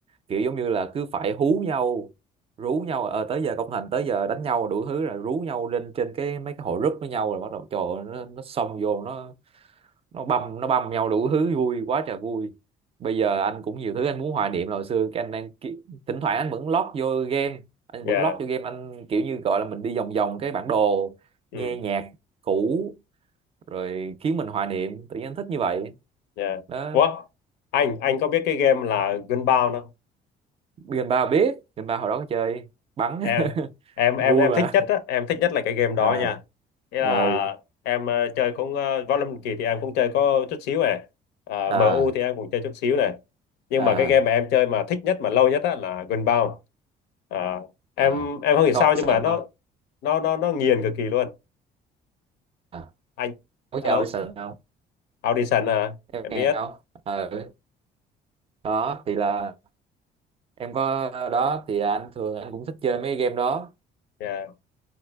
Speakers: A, on the right (about 35°); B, on the left (about 85°).
A: kiểu giống như là cứ phải hú nhau rú nhau ờ tới giờ công thành tới giờ đánh nhau đủ thứ rồi rú nhau lên trên cái mấy cái hội group với nhau rồi bắt đầu trời ơi, nó nó xông vô nó nó băm nó băm nhau đủ thứ vui quá trời vui bây giờ anh cũng nhiều thứ anh muốn hoài niệm là hồi xưa cái anh đang ki- thỉnh thoảng anh vẫn lót vô game anh
B: yeah
A: vẫn lót vô game anh kiểu như gọi là mình đi vòng vòng cái bản đồ
B: <laughs>
A: nghe
B: ừ.
A: nhạc cũ rồi khiến mình hoài niệm tự nhiên anh thích như vậy
B: Dạ.
A: đó
B: Ủa, anh anh có biết cái game là Gunbound không?
A: gần ba biết gần ba hồi đó có chơi bắn
B: Em
A: <laughs>
B: em
A: vui
B: em em
A: mà
B: thích nhất á, em thích nhất là cái game đó
A: à
B: nha. Nghĩa
A: ờ,
B: là em ờ, chơi cũng ờ, Võ Lâm Kỳ thì em cũng chơi có chút xíu này. Ờ,
A: à
B: MU thì em cũng chơi chút xíu này. Nhưng
A: à
B: mà cái game mà em chơi mà thích nhất mà lâu nhất á là Gunbound. Ờ, em
A: à
B: em không hiểu
A: có
B: sao nhưng
A: Wilson
B: mà nó
A: không
B: nó nó nó nghiền cực kỳ luôn.
A: à,
B: Anh
A: có
B: alo,
A: chào Wilson không
B: Audition à?
A: em
B: Em
A: nghe
B: biết.
A: không ờ đó thì là em có đó thì anh thường anh cũng thích chơi mấy game đó
B: Dạ.